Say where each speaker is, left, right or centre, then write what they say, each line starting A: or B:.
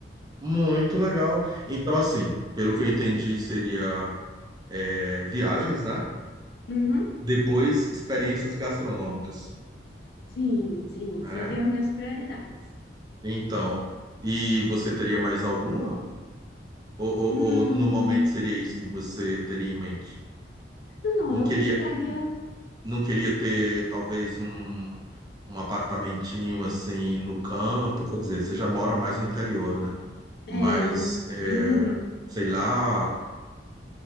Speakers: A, on the right (about 20°); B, on the left (about 60°).
A: muito legal. Então, assim, pelo que eu entendi, seria é, viagens, né?
B: Uhum.
A: Depois, experiências gastronômicas,
B: Sim, sim,
A: né?
B: seriam minhas prioridades.
A: Então, e você teria mais alguma? Ou, ou,
B: Hum,
A: ou no momento seria isso que você teria em mente?
B: não,
A: Não
B: eu
A: queria,
B: buscaria.
A: não queria ter talvez um, um apartamentinho assim no campo, quer dizer, você já mora mais no interior, né?
B: É.
A: Mas, é,
B: <laughs>
A: sei lá,